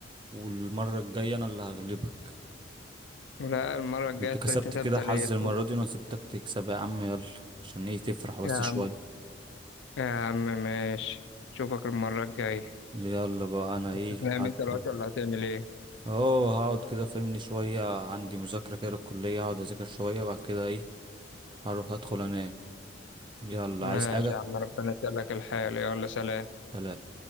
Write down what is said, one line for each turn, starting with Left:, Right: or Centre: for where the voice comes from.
Right: والمرة الجاية أنا اللي هغلبك
Left: لا المرة الجاية
Right: أنت
Left: التالتة
Right: كسبت
Left: تابتة
Right: كده حظ
Left: ليا يا
Right: المرة
Left: أخويا.
Right: دي وأنا سبتك تكسب يا عم يلا عشان إيه تفرح بس
Left: يا
Right: شوية
Left: يا عم ماشي اشوفك المرة الجاية
Right: يلا بقى أنا إيه
Left: هتنام
Right: هدخل
Left: انت دلوقتي ولا هتعمل ايه
Right: أه هقعد كده فهمني شوية عندي مذاكرة كده للكلية هقعد أذاكر شوية وبعد كده إيه هروح أدخل أنام يلا
Left: ماشي
Right: عايز حاجة
Left: يا عم ربنا يسهلك الحال يلا سلام
Right: سلام